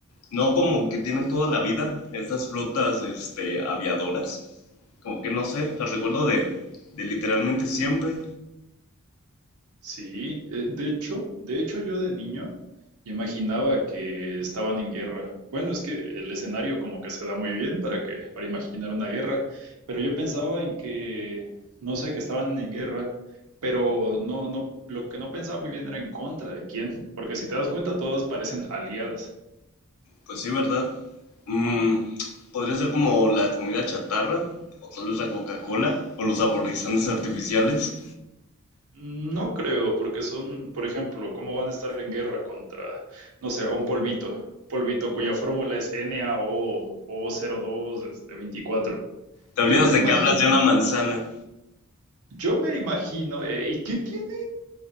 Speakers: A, on the left (about 80°); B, on the right (about 75°).
A: no como que tienen toda la vida estas frutas, este, aviadoras. Como que no sé, las recuerdo de, de literalmente siempre.
B: Sí, eh, de hecho, de hecho yo de niño imaginaba que estaban en guerra. Bueno, es que el escenario como que se da muy bien para que para imaginar una guerra, pero yo pensaba en que no sé que estaban en guerra, pero no no lo que no pensaba muy bien era en contra de quién, porque si te das cuenta todas parecen aliadas.
A: Pues sí, ¿verdad? Mm, podría ser como la comida chatarra o tal vez la Coca-Cola o los saborizantes artificiales.
B: No creo, porque son, por ejemplo, ¿cómo van a estar en guerra contra, no sé, un polvito? Un polvito cuya fórmula es NaO o 02 este, 24.
A: Te olvidas
B: Yo me lo
A: de
B: imagino,
A: que hablas de una manzana.
B: yo me lo imagino, eh, ¿y qué tiene?